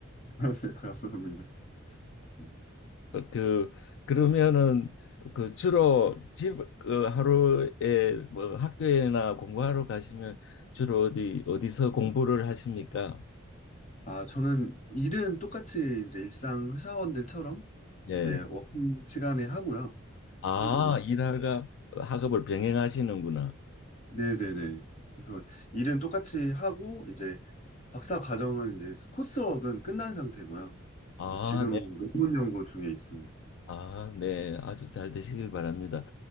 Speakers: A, on the left; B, on the left.
A: <laughs> 감사합니다. 음.
B: 그 그러면은 그 주로 집 그 하루에 뭐 학교에나 공부하러 가시면 주로 어디 어디서 공부를 하십니까?
A: 아, 저는 일은 똑같이 이제 일상 회사원들처럼
B: 예.
A: 이제 워킹 시간에 하고요.
B: 아,
A: 그리고
B: 일하가 학업을 병행하시는구나.
A: 네네네. 그래서 일은 똑같이 하고, 이제 박사 과정은 이제 코스웍은 끝난 상태고요.
B: 아,
A: 그래서 지금은
B: 네.
A: 논문 연구 중에 있습니다.
B: 아, 네. 아주 잘 되시길 바랍니다.